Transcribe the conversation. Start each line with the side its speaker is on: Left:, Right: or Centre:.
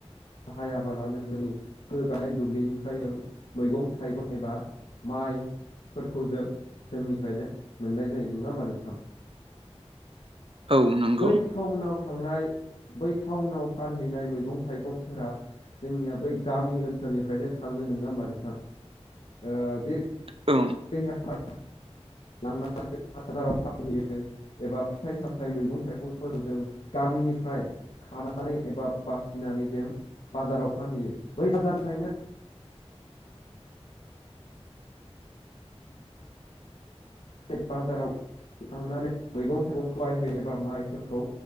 Left: बाहायाबालानो जोंनि गोगानाय दुब्लिनिफ्राय जों मैगं थाइगं एबा माइफोरखौ जों जोंनिफ्रायनो मोननाय जायो ननोङा होमबा नोंथां?
Right: औ नंगौ।
Left: बै टाउनाव थांनाय बै टाउनाव फानहैनाय मैगं थाइगं जोंनिया बै गामि ओनसोलनिफ्रायनो थाङो नंङा होनबा नोंथां ओ जेरै
Right: औ
Left: देहा लांनानै बाजाराव फानहैयो एबा फिथाइ सामथाइ मैगं थाइगंफोरखौ जों गामिनिफ्राय खानानै एबा बासिनानै जों बाजाराव फानहोययो बै बाजारनिखायनो बाजाराव थांनानै मैगं थाइगंखौ आइ हो एबा माइफोरखौ